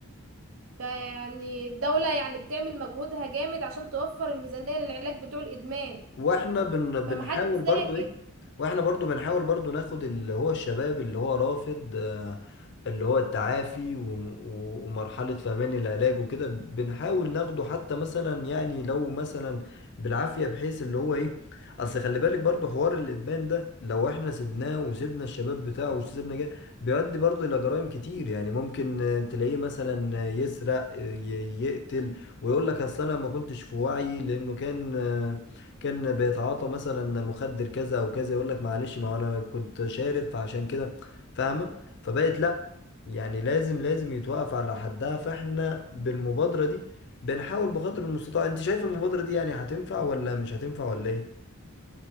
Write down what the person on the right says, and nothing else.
فيعني الدولة يعني بتعمل مجهودها جامد عشان توفر الميزانية للعلاج بتوع الإدمان
فمحدش
ساكت